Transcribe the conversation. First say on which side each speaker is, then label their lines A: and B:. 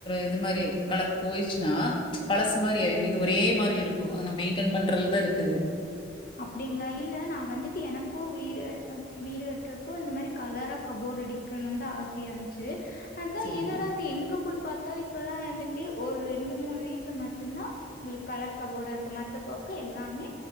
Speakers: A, on the left (about 25°); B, on the left (about 50°).
A: இது மாதிரி கலர் போயடுச்சுன்னா பழசு மாதிரி ஆயிடும் இது ஒரே மாதிரி இருக்கும் மெயின்ன் பண்றது தான் இருக்குது
B: அப்படிங்களா இல்ல நான் வந்துட்டு எனக்கும் வீடு கட்டின வீடு கட்டுறப்போ இந்த மாதிரி கலரா கபோர்ட் அடிக்கணும்னு ஆசையா இருந்துச்சு அதான்
A: சரிங்க.
B: என்னடா இது எங்க போய் பார்த்தால இப்பல்லா வந்துட்டு ஒரு ரெண்டு மூணு வீட்டுல மட்டுந்தா உங்களுக்கு கலர் கபோர்டா இருக்கு மத்த பக்க எல்லாமே